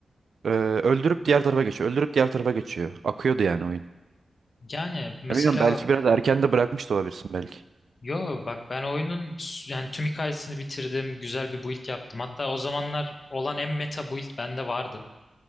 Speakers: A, on the right (about 75°); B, on the left (about 50°).
A: ee, öldürüp diğer tarafa geçiyor. Öldürüp diğer tarafa geçiyor. Akıyordu yani oyun.
B: Yani mesela
A: Ya bilmiyorum belki biraz erken de bırakmış da olabilirsin belki.
B: Yo bak ben oyunun s- yani tüm hikayesini bitirdim. Güzel bir build yaptım. Hatta o zamanlar olan en meta build bende vardı.